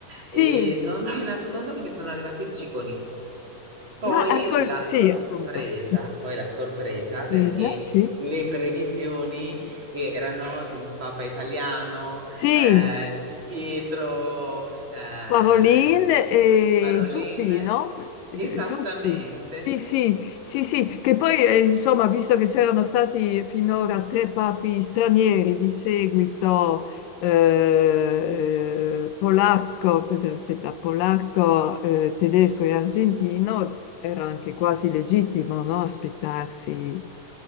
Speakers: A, on the left; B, on the right.
A: sì,
B: e non ti nascondo che mi sono arrivati i luciconi. Poi
A: ma ascolta,
B: la
A: sì,
B: sorpresa,
A: appunto.
B: poi la sorpresa perché
A: Sorpresa, sì.
B: le previsioni erano di un papa italiano,
A: Sì,
B: eh, di Pietro, eh,
A: Paroline e
B: Parolin,
A: Zuppi, no? Eh,
B: esattamente.
A: Zuppi. Sì, sì, sì, sì, che poi eh, insomma, visto che c'erano stati finora tre papi stranieri di seguito, eh, polacco, cos'è, aspetta, polacco, eh, tedesco e argentino, era anche quasi legittimo, no? Aspettarsi